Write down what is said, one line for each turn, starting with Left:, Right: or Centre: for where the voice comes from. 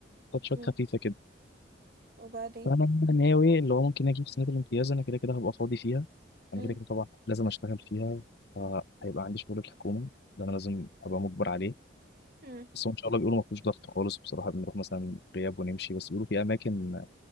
Left: تاتشات
Right: مم.
Left: خفيفه كده
Right: وبعدين
Left: فانا ناوي اللي هو ممكن اجي في سنه الامتياز انا كده كده هبقى فاضي فيها انا
Right: مم.
Left: كده كده طبعا لازم اشتغل فيها فهيبقى عندي شغل الحكومه ده انا لازم ابقى مجبر عليه
Right: مم.
Left: بس هو ان شاء الله بيقولوا ما فيهوش ضغط خالص بصراحه بنروح مثلا غياب ونمشي بس بيقولوا في اماكن